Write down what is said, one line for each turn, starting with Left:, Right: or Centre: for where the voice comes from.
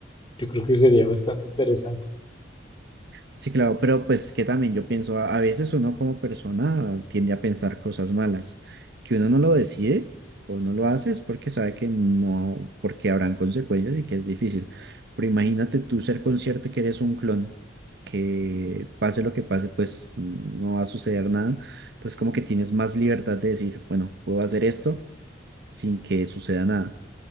Left: Yo creo que sería bastante interesante
Right: Sí, claro, pero pues que también yo pienso, a, a veces uno como persona tiende a pensar cosas malas, que uno no lo decide o no lo hace es porque sabe que no, porque habrán consecuencias y que es difícil. Pero imagínate tú ser consciente que eres un clon, que pase lo que pase, pues no va a suceder nada. Entonces como que tienes más libertad de decir, bueno, puedo hacer esto sin que suceda nada.